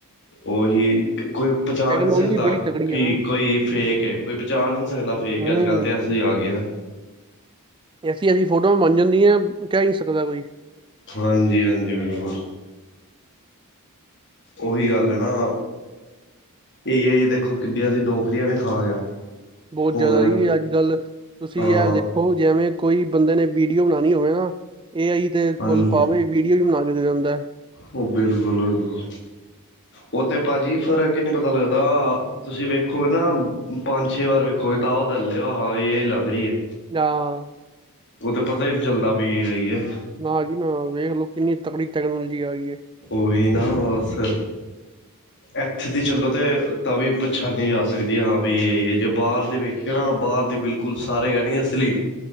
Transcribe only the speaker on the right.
ਟੈਕਨੋਲੋਜੀ
ਬੜੀ ਤਕੜੀ
ਹੈ ਨਾ
ਹਮ
ਐਸੀ-ਐਸੀ ਫੋਟੋ ਬਣ ਜਾਂਦੀਆਂ ਕੇ ਈਨੀ ਸਕਦਾ ਕੋਈ
ਬਹੁਤ
ਜ਼ਿਆਦਾ ਹੀ ਅੱਜ ਕੱਲ ਤੁਸੀਂ
ਦੇਖ ਉਹ ਜਿਵੇਂ ਕੋਈ ਬੰਦੇ ਨੇ ਵੀਡੀਓ ਬਣਾਉਣੀ ਹੋਵੇ ਨਾ ਇਹਏ ਆਈ ਦੇ
ਕੋਲ ਪਾਵੇ ਵੀਡੀਓ ਵੀ ਬਣਾ ਦਿੱਤੇ ਜਾਂਦਾ
ਹਾਂ
ਨਾ ਜੀ ਨਾ ਵੇਖ ਲਓ ਕਿੰਨੀ ਤਕੜੀ ਟੈਕਨੋਲੋਜੀ ਆ ਗਈ ਹੈ
ਹੂੰ